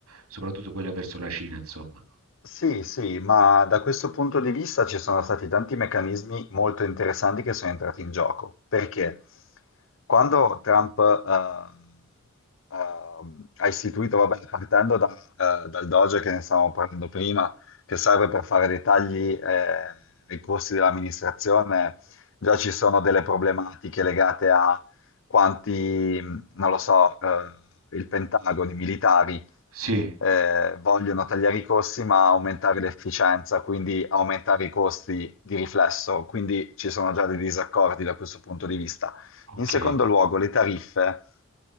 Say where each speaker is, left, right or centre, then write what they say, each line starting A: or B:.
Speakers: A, on the right; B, on the left.
A: soprattutto quelle verso la Cina, insomma.
B: Sì, sì, ma da questo punto di vista ci sono stati tanti meccanismi molto interessanti che sono entrati in gioco, perché quando Trump eh, eh, ha istituito, vabbè, partendo da, eh, dal Doge che ne stavamo parlando prima, che serve per fare dei tagli eh, ai costi dell'amministrazione, già ci sono delle problematiche legate a quanti, non lo so, eh, il Pentagono, i militari
A: Sì,
B: eh, vogliono tagliare i costi ma aumentare l'efficienza, quindi aumentare i costi di riflesso, quindi ci sono già dei disaccordi da questo punto di vista.
A: ok.
B: In secondo luogo, le tariffe